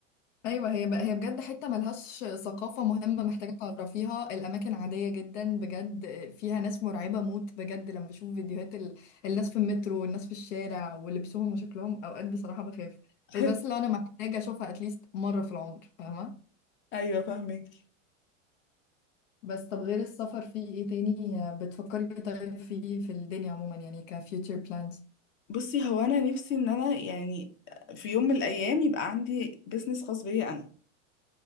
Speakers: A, on the left; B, on the left.
A: ايوه هي هي بجد حته ملهاش ثقافه مهمه محتاجه تعرفيها الاماكن عاديه جدا بجد فيها ناس مرعبه موت بجد لما بشوف فيديوهات ال... الناس في المترو والناس في الشارع ولبسهم وشكلهم اوقات بصراحه بخاف
B: <laughs>
A: بس بس لو انا محتاجه اشوفها اتليست مره في العمر فاهمه
B: ايوه فاهمك
A: بس طب غير السفر في ايه تاني بتفكري طيب فيه في الدنيا عموما يعني كفيوتشر بلانز
B: بصي هو انا نفسي ان انا يعني في يوم من الايام يبقى عندي بيزنس خاص بيا انا